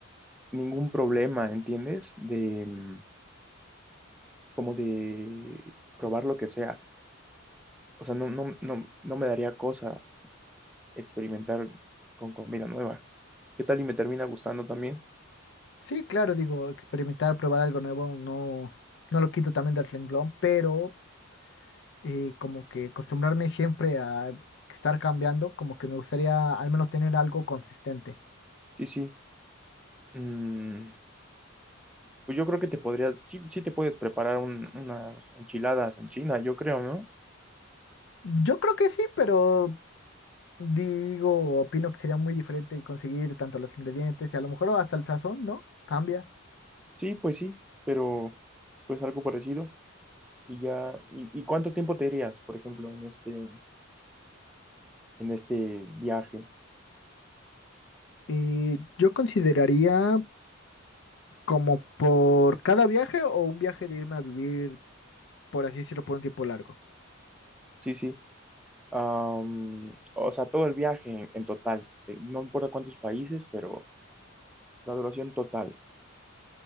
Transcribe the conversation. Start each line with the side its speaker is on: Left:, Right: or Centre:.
Centre: ningún problema, ¿entiendes? De mm, como de probar lo que sea. O sea, no, no, no, no me daría cosa experimentar con comida nueva. ¿Qué tal y me termina gustando también?
Left: Sí, claro, digo, experimentar, probar algo nuevo, no, no lo quito también del renglón, pero eh, como que acostumbrarme siempre a estar cambiando, como que me gustaría al menos tener algo consistente.
Centre: Sí, sí. Mm, pues yo creo que te podrías, sí, sí te puedes preparar un- unas enchiladas en China, yo creo, ¿no?
Left: Yo creo que sí, pero digo, opino que sería muy diferente conseguir tanto los ingredientes y a lo mejor hasta el sazón, ¿no? Cambia.
Centre: Sí, pues sí, pero pues algo parecido. Y ya, ¿y, y cuánto tiempo te irías, por ejemplo, en este, en este viaje?
Left: Eh, yo consideraría como por cada viaje o un viaje de irme a vivir, por así decirlo, por un tiempo largo.
Centre: Sí, sí. Am, o sea, todo el viaje en, en total. Eh, No importa cuántos países, pero la duración total.